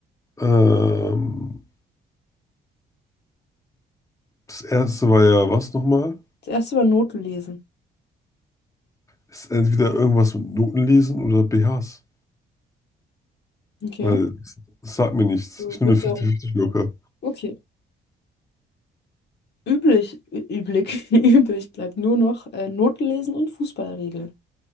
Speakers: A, on the left; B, on the left.
A: Ähm, das erste war ja was nochmal?
B: Das erste war Notenlesen.
A: Ist entweder irgendwas mit Notenlesen lesen oder BHs.
B: Okay.
A: Weil das sagt mir nichts.
B: So,
A: Ich nehme
B: Würde
A: eine
B: sagen,
A: 50-50 locker.
B: okay. Üblich, ü- üblich, <laughs> übrig bleibt nur noch äh, Notenlesen und Fußballregeln.